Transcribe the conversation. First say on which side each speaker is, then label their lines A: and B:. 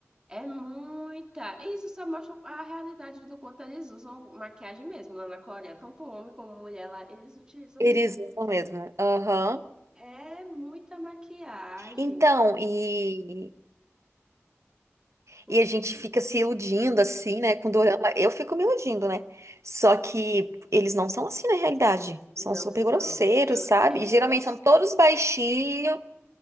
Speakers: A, on the right; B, on the right.
A: é muita. E isso só mostra a realidade do quanto eles usam maquiagem mesmo lá na Coreia, tanto homem como mulher lá, eles utilizam
B: Eles
A: muito.
B: usam mesmo. Aham.
A: É muita maquiagem.
B: Então, e
A: porque
B: E a gente fica se iludindo assim, né, com dorama. Eu fico me iludindo, né? Só que eles não são assim na realidade. São
A: Não
B: super
A: são.
B: grosseiros,
A: Eu
B: sabe?
A: é,
B: E geralmente são todos baixinhos,